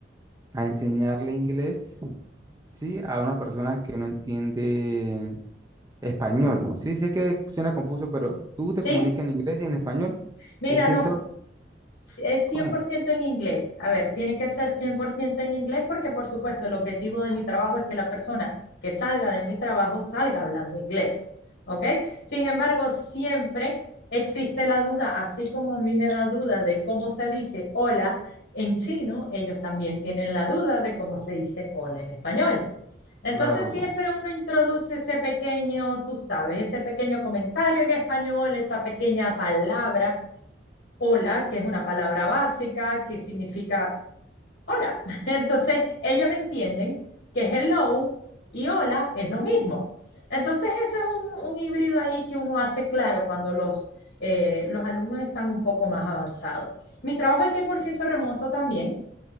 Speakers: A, on the right; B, on the left.
A: a enseñarle inglés, ¿sí? A unas personas que no entienden español. Sí, sé que suena confuso, pero tú te
B: ¿sí?
A: comunicas en inglés y en español
B: Mira,
A: y siento
B: no, Sí, es cien
A: cómo
B: por ciento en inglés. A ver, tiene que ser 100% en inglés porque, por supuesto, el objetivo de mi trabajo es que la persona que salga de mi trabajo salga hablando inglés. ¿Ok? Sin embargo, siempre existe la duda, así como a mí me da duda de cómo se dice hola en chino, ellos también tienen la duda de cómo se dice hola en español. Entonces
A: claro,
B: siempre uno introduce ese pequeño, tú sabes, ese pequeño comentario en español, esa pequeña palabra hola, que es una palabra básica, que significa hola. <laughs> Entonces, ellos entienden que hello y hola es lo mismo. Entonces, eso es un, un híbrido ahí que uno hace claro cuando los, eh, los alumnos están un poco más avanzados. Mi trabajo es 100% remoto también,